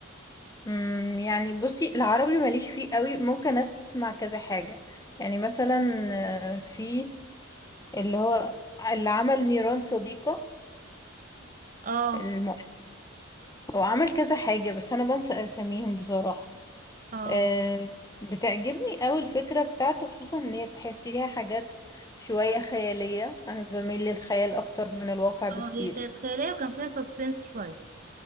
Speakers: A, on the left; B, on the right.
A: امم يعني بصي العربي ماليش فيه قوي ممكن اسمع كذا حاجة يعني مثلا آه، في اللي هو اللي عمل نيران صديقة
B: اه
A: الم... هو عمل كذا حاجة بس انا بنسى اساميهم بصراحة
B: اه
A: آه، بتعجبني قوي الفكرة بتاعته خصوصا ان هي بتحسيها حاجات شوية خيالية انا بميل للخيال اكتر من الواقع بكتير
B: اه هي كانت خيالية وكان فيها سسبنس شوية